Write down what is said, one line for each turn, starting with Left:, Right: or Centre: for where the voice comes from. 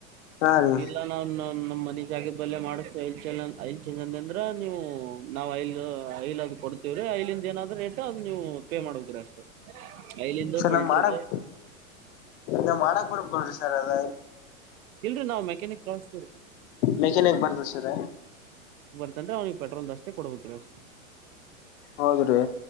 Left: ಹಾ ರೀ
Right: ಇಲ್ಲ ನಾನನ್ ನು ್ ಮ ಜಾಗದ ಬಲ್ಲೇ ಮಾಡಚೆಂದಂದ್ರ ನೀವು ನಾವ್ ಲ್ ಲ್ದು ಕೊ ವ್ರ ಇಲ್ಲಿಂದ ಏನಾದ್ರೂ ರೇಟ್ ಅದ ನೀವು ಪೇ ಮಾಡ್ಬೇಕುದ್ರೆ ಅಷ್ಟೆ ೈಲಂದು
Left: ಸರ್
Right: ಫಿಲ್ಟರ್
Left: ನಮ್ ಮಾಡಕ್ ನಾವ್ ಮಾಡಕ್ ಬರ್ಬೇಕಲ್ರಿ ಸರ್ ಅದ
Right: ಇಲ್ರರಿ ನಾವ್ ಮೆಕ್ಯಾನಿಕ್ ಕಳಸ್ತರರಿ
Left: ಮೆಕೆಾನಕ್ ಬರ್ತ ಸರ
Right: ಅಂದ್ರೆ್ನಿಗೆ ಪೆಟ್ರೋಲ್ ಅಷ್ಟೇ ಕೊಡ್ ಹಬೇಕಿ ಅಷ್ಟ
Left: ಹೌದ್ರೀ